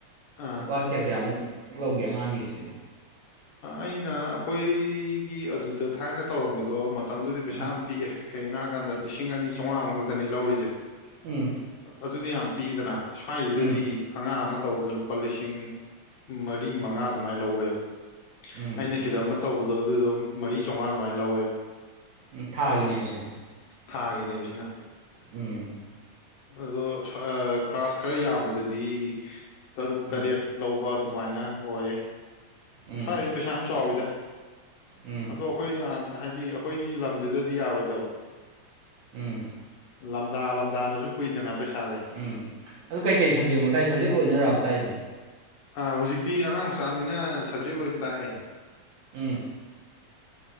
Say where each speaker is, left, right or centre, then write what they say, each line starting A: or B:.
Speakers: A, on the left; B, on the right.
A: ꯑ
B: ꯂꯨꯄꯥ ꯀꯌꯥ ꯀꯌꯥꯃꯨꯛ ꯂꯧꯒꯦ ꯑꯉꯥꯡꯒꯤꯁꯤꯗꯤ
A: ꯑꯩꯅ ꯑꯩꯈꯣꯏꯒꯤ ꯑꯗꯨꯗ ꯊꯥꯏꯅ ꯇꯧꯔꯝꯕꯗꯣ ꯃꯇꯝꯗꯨꯗꯤ ꯄꯩꯁꯥ
B: ꯎꯝ
A: ꯄꯤꯛꯑꯦ ꯀꯩꯒꯤꯅꯣ ꯍꯥꯏꯕꯀꯥꯟꯗ ꯂꯤꯁꯤꯡ ꯑꯅꯤ ꯆꯥꯝꯃꯉꯥ ꯃꯨꯛꯈꯛꯇꯅꯤ ꯂꯧꯔꯤꯁꯦ
B: ꯎꯝ
A: ꯑꯗꯨꯗꯤ ꯌꯥꯝ ꯄꯤꯛꯏꯗꯅ ꯁ꯭ꯋꯥꯏꯁꯤꯗꯗꯤ
B: ꯎꯝ
A: ꯑꯉꯥꯡ ꯑꯃ ꯇꯧꯕꯗ ꯂꯨꯄꯥ ꯂꯤꯁꯤꯡ ꯃꯔꯤ ꯃꯉꯥ ꯑꯗꯨꯃꯥꯏꯅ ꯂꯧꯋꯦꯕ
B: ꯎꯝ
A: ꯑꯩꯅ ꯁꯤꯗ ꯑꯃ ꯇꯧꯕꯗꯣ ꯑꯗꯨꯗꯣ ꯃꯔꯤ ꯆꯥꯝꯃꯉꯥ ꯑꯗꯨꯃꯥꯏꯅ ꯂꯧꯋꯦꯕ
B: ꯎꯝ ꯊꯥꯒꯤꯅꯦꯕꯁꯦ
A: ꯊꯥꯒꯤꯅꯦꯕꯁꯤꯅ
B: ꯎꯝ
A: ꯑꯗꯣ ꯀ꯭ꯂꯥꯁ ꯈꯔ ꯌꯥꯝꯕꯗꯗꯤ ꯇꯔꯨꯛ
B: ꯎꯝ
A: ꯇꯔꯦꯠ ꯂꯧꯕ ꯑꯗꯨꯃꯥꯏꯅ ꯑꯣꯏ
B: ꯎꯝ
A: ꯁ꯭ꯋꯥꯏꯗꯤ ꯄꯩꯁꯥ ꯌꯥꯝ ꯆꯥꯎꯋꯤꯗ
B: ꯎꯝ
A: ꯑꯗꯣ ꯑꯩꯈꯣꯏ ꯍꯥꯏꯗꯤ ꯑꯩꯈꯣꯏꯒꯤ ꯂꯝꯗꯨꯗꯗꯤ ꯌꯥꯔꯣꯏꯗꯕ
B: ꯎꯝ
A: ꯂꯝꯗꯥ ꯂꯝꯗꯥꯅꯁꯨ ꯄꯨꯏꯗꯅ ꯄꯩꯁꯥꯁꯦ
B: ꯎꯝ ꯑꯗꯨ ꯀꯩ ꯀꯩ ꯁꯞꯖꯦꯛꯅꯣ ꯇꯥꯛꯏ ꯁꯞꯖꯦꯛ ꯂꯣꯏꯅꯔꯕ ꯇꯥꯛꯏꯁꯦ
A: ꯑ ꯍꯧꯖꯤꯛꯇꯤ ꯑꯉꯥꯡ ꯃꯆꯥꯅꯤꯅ ꯁꯞꯖꯦꯛ ꯂꯣꯏꯅ ꯇꯥꯛꯑꯦ
B: ꯎꯝ